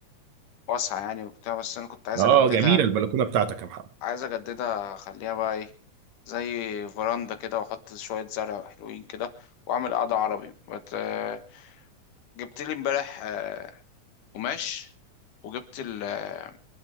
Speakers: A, on the left; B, on the right.
A: واسعة يعني وبتاع بس انا كنت عايز
B: آه
A: اجددها
B: جميلة البلكونة بتاعتك يا محمد
A: عايز اجددها اخليها بقى ايه زي فراندا كده واحط شوية زرع حلوين كده واعمل قعدة عربي بت... آه، جبت لي امبارح آه، قماش وجبت ال آه،